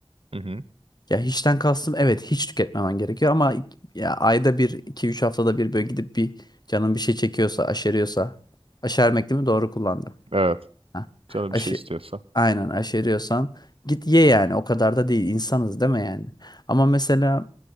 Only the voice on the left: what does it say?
Ya hiçten kastım evet hiç tüketmemen gerekiyor ama ik- ya ayda bir, iki, üç haftada bir böyle gidip bir canın bir şey çekiyorsa, aşeriyorsa. Aşermek değil mi? Doğru kullandım.
Ha.
Aşı,
aynen aşeriyorsan git ye yani o kadar da değil insanız değil mi yani? Ama mesela